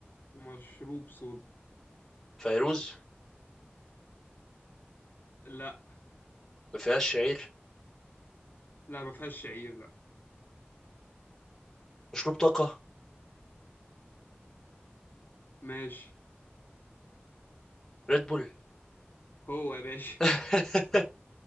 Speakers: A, on the left (about 50°); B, in the centre.
A: مشروب صودا
B: فيروز
A: لا
B: ما فيهاش شعير
A: لا ما فيهاش شعير لا
B: مشروب طاقة
A: ماشي
B: ريد بول
A: هو يا باشا
B: <laughs>